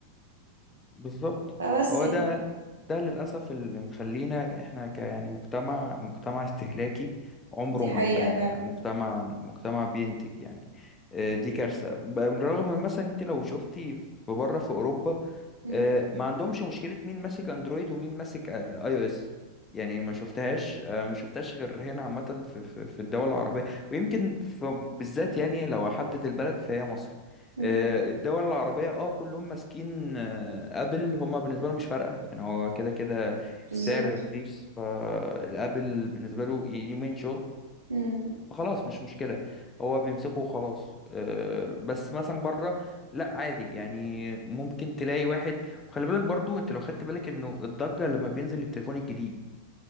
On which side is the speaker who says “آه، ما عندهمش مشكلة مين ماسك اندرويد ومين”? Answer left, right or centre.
Left